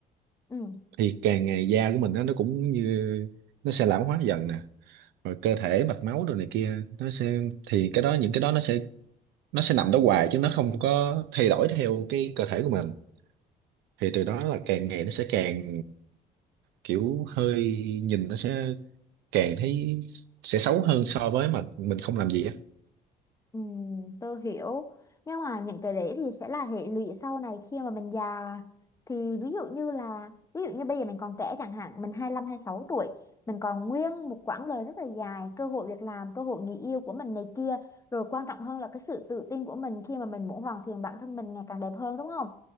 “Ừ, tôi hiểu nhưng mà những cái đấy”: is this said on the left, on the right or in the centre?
Left